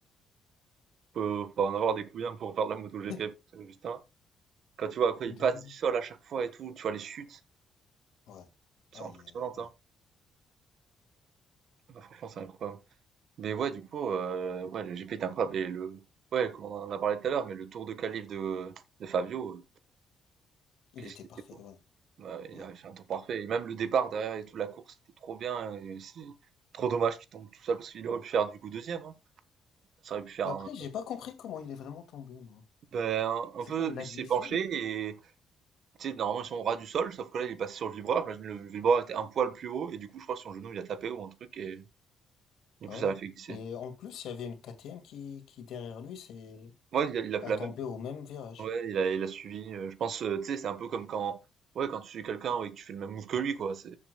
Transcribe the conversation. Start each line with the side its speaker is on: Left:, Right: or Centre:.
Right: Faut, faut en avoir des couilles hein, pour faire de la moto GP.
Left: <laughs>
Right: parce que, putain, quand tu vois quand
Left: De
Right: il passe
Left: ouf.
Right: du sol à chaque fois et tout, tu vois les chutes,
Left: Ouais.
Right: c'est
Left: Aïe,
Right: impressionnant,
Left: aïe, ouais.
Right: hein. Ah, franchement, c'est incroyable. Mais ouais, du coup, euh, ouais, le GP est incroyable. Et le, ouais, comme on en a parlé tout à l'heure, mais le tour de calife de, de Fabio, euh,
Left: Il
Right: qu'est-ce
Left: était
Right: qu'il
Left: parfait,
Right: était
Left: ouais,
Right: Ouais, il
Left: ouais.
Right: avait fait un temps parfait. Et même le départ derrière et toute la course, c'était trop bien. Et c'est trop dommage qu'il tombe tout seul parce qu'il aurait pu faire du coup deuxième. hein. Ça aurait pu faire
Left: Mais
Right: un,
Left: après, j'ai pas compris comment il est vraiment tombé, moi.
Right: ben, un-
Left: C'est
Right: un peu.
Left: quoi, il
Right: Il
Left: a
Right: s'est
Left: glissé?
Right: penché et tu sais, normalement ils sont au ras du sol, sauf que là il est passé sur le vibreur. J'imagine le vibreur était un poil plus haut et du coup je crois que son genou il a tapé ou un truc et du
Left: Ouais.
Right: coup ça l'a fait glisser.
Left: Et en plus, il y avait une KTM qui, qui derrière lui, c'est
Right: Ouais, il a, il a
Left: a
Right: fait la
Left: tombé
Right: même.
Left: au même virage.
Right: Ouais, il a, il a suivi. euh, je pense, euh, tu sais, c'est un peu comme quand. Ouais, quand tu suis quelqu'un et que tu fais le même move que lui, quoi. C'est